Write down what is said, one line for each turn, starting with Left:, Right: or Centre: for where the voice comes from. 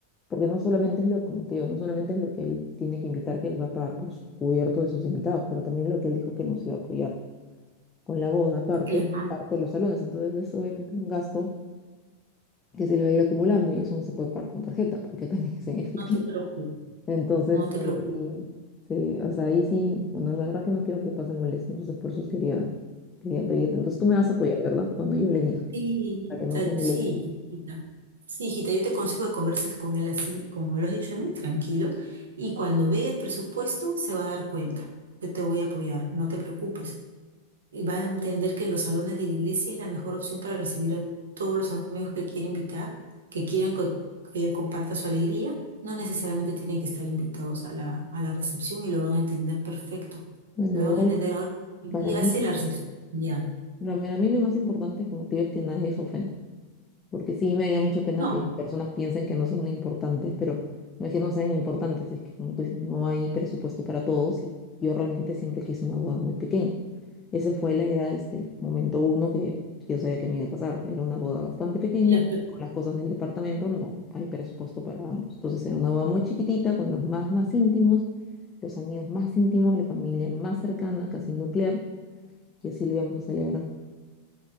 Left: Porque no solamente es lo, como te digo, no solamente es lo que él tiene que invitar, que él va a pagar por sus cubiertos de sus invitados, pero también lo que él dijo que nos iba a apoyar con la boda aparte,
Right: Claro,
Left: aparte de los salones. Entonces es obviamente un gasto que se le va a ir acumulando y eso no se puede pagar con tarjeta porque también es en efectivo.
Right: no te preocupes,
Left: Entonces,
Right: no te
Left: eh,
Right: preocupes.
Left: se- o sea, ahí sí, bueno, la verdad que no quiero que pase molesta, entonces por eso quería, quería pedirte. Entonces tú me vas a apoyar, ¿verdad? Cuando yo le diga,
Right: Sí,
Left: para
Right: hijita,
Left: que no se moleste.
Right: sí, hijita. Sí, hijita, yo te aconsejo que converses con él así, como me lo has dicho a mí, tranquilo. Y cuando vea el presupuesto, se va a dar cuenta. Yo te voy a apoyar, no te preocupes. Y vas a entender que en los salones de la iglesia es la mejor opción para recibir a todos los amigos que quiere invitar, que quieran co- que él comparta su alegría. No necesariamente tienen que estar invitados a la, a la recepción y lo van a entender perfecto.
Left: Bueno,
Right: Lo
Left: igual
Right: van a entender ahora. Hoy
Left: para
Right: día
Left: mí,
Right: hace la recepción. familiar.
Left: para mí lo más importante, como te digo, es que nadie se ofenda. Porque sí me haría mucha pena
Right: No.
Left: que personas piensen que no son importantes, pero no es que no sean importantes, es que como tú dices, no hay presupuesto para todos y yo realmente siempre quise una boda muy pequeña. Esa fue la idea desde el momento uno que yo sabía que me iba a casar. Era una boda bastante pequeña
Right: las,
Left: porque con las cosas del departamento no hay presupuesto para ambos. Entonces era una boda muy chiquitita con los más, más íntimos, los amigos más íntimos, la familia más cercana, casi nuclear, y así lo íbamos a celebrar.